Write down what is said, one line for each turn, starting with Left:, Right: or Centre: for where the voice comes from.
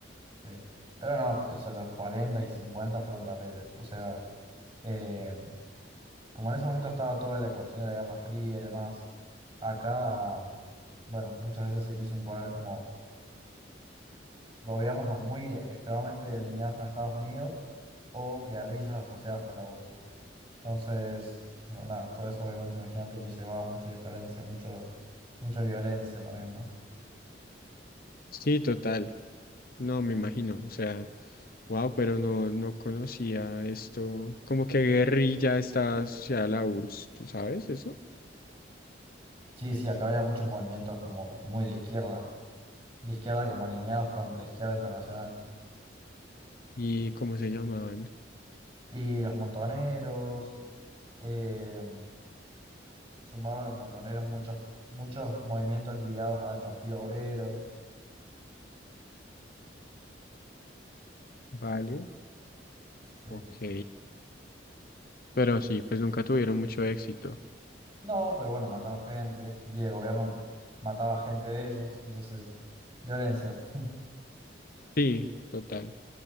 Right: Sí. Pero no, o sea, los 40 y 50 fueron terribles. O sea, eh, como en ese momento estaba toda la cuestión de la Guerra Fría y demás, acá, bueno, muchas veces se quiso imponer como gobiernos o muy extremadamente alineados con Estados Unidos o guerrillas asociadas con la URSS. Entonces, bueno, nada, todo eso obviamente imagínate que llevaba mucha diferencia, mucho, mucha violencia también, ¿no?
Left: Sí, total. No, me imagino. O sea, wow, pero no, no conocía esto. Como que guerrilla está asociada a la URSS, ¿tú sabes eso?
Right: Sí, sí, acá había muchos movimientos como muy de izquierda, de izquierda como alineados con la izquierda internacional.
Left: ¿Y cómo se llamaban?
Right: Y los montoneros, eh, sumado a los montoneros muchos, muchos movimientos ligados al Partido Obrero.
Left: Vale,
Right: Sí.
Left: ok. Pero sí, pues nunca tuvieron mucho éxito.
Right: No, pero bueno, mataron gente y el gobierno mataba gente de ellos, entonces, violencia. <laughs>
Left: Sí, total.